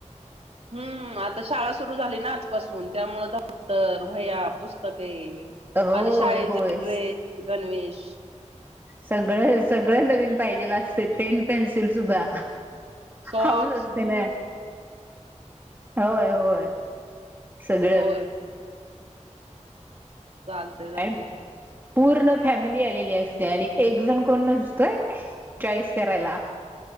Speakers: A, on the right; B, on the right.
A: हम्म आता शाळा सुरू झाली. न आजपासून, त्यामुळे दपतर, वह्या, पुस्तके.
B: होय
A: आणि शाळेचे
B: होय
A: ड्रेस गणवेश. रिकामा ऑडिओ
B: सगळं सगळं नवीन पाहिजेल असते पेन. पेन्सिल सुद्धा
A: सॉक्स,
B: हऊस असते
A: बूट
B: ना. होय होय. सगळं
A: होय. चालते.
B: आणि
A: <unintelligible>
B: पूर्ण फॅमिली आलेली असते आणि एक जण कोण नसतोय चॉईस करायला.